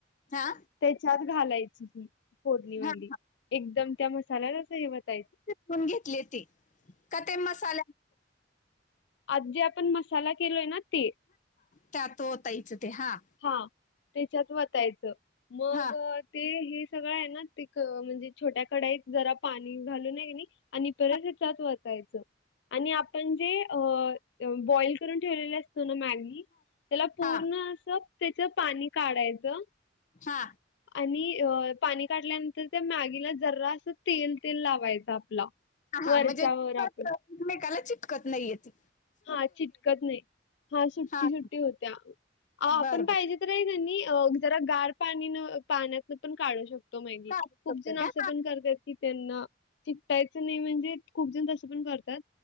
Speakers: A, on the left (about 45°); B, on the left (about 65°).
A: हा
B: त्याच्यात घालायची ही. फोडणीवाली
A: हा हा
B: एकदम त्या मसाल्यात असं हे वतायचं.
A: मी पण घेतली. ती का ते मसा
B: आजी आपण मसाला केलोय न ते.
A: त्या तो ताईच ते हा
B: हा त्याच्यात वचायचं मग
A: हा
B: ते हे सगळं आहे न ते म्हणजे छोट्या कडाईत जरा पाणी घालू हे किनी आणि परत
A: हा
B: हे त्यात वचायचं. आणि आपण जे अ बॉइल करून ठेवलेले असतो न मॅग ती त्याला पूर्ण
A: हा
B: अस त्याच पाणी काढायचं.
A: हा
B: आणि अ पाणी काठल्यानंतर त्या मॅगीला जरासं तेल तेल लावायचं आपला
A: हा हा
B: वरच्यावर
A: म्हणजे त
B: आपण
A: एकमेकाला चिपकत नाहीय ते
B: हा चिटकत नाही हा सुट्टी
A: हां, हां.
B: सुट्टी होत्या आपण
A: बरं,
B: पाहिजे
A: बरं.
B: तर हाय का नी जरा गार पाणीन पाण्यात पण काढू शक ी
A: चालेल
B: खूप
A: तसं
B: जण
A: घ्या.
B: असे पण करत की. त्यांना शिकतायच नाही म्हणजे खूप जण तस पण करतात